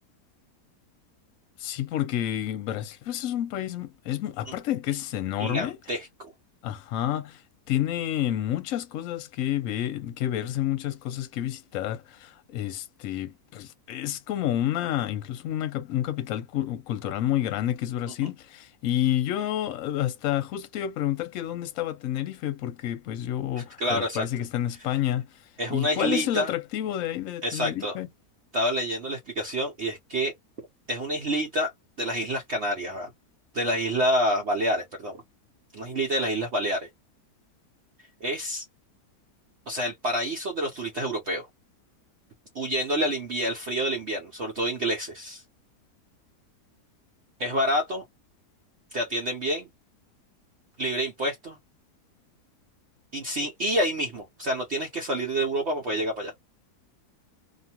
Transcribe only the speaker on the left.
Sí, porque Brasil pues es un país, es, mu- aparte
de que es enorme,
Ajá, tiene muchas cosas que ver, que verse, muchas cosas que visitar. Este, pues es como una, incluso una, cap- un capital cu- cultural muy grande que es Brasil.
Y yo eh, hasta justo te iba a preguntar que dónde estaba Tenerife, porque pues yo,
pero
parece que está en España.
¿Y
cuál
es el atractivo de ahí de
Tenerife?